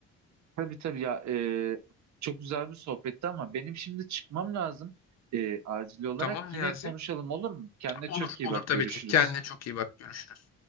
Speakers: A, on the right; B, on the left.
A: Tabii tabii ya e, çok güzel bir sohbetti ama benim şimdi çıkmam lazım e, acil olarak.
B: Tamam Niyazi.
A: Yine konuşalım olur mu? Kendine
B: Olur,
A: çok iyi
B: olur
A: bak
B: tabii
A: görüşürüz.
B: ki. Kendine çok iyi bak. Görüşürüz.